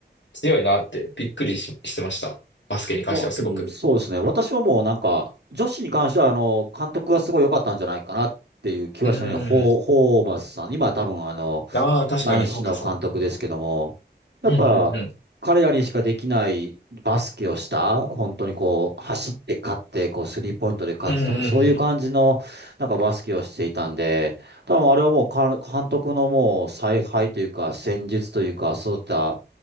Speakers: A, on the left; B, on the right.
A: 強いなってびっくりし、してました。バスケに関してはすごく。
B: まあうん、そうですね。私はもうなんか、女子に関しては、あの、監督がすごい良かったんじゃないかなっていう気はしますね。
A: うーん。
B: ホー、ホーバスさん。今多分、あの、
A: ああ、確かに、
B: 男子の監督ですけども、
A: ホーバスさん。
B: やっぱ彼らにしかできないバスケをした、
A: うんうんうん。
B: 本当にこう、走って勝って、こう、スリーポイントで勝つとか、
A: うんう
B: そういう感じの、
A: ん
B: なんかバスケをしていたんで、多分あれはもうか監督のもう采配というか、戦術というか、そういった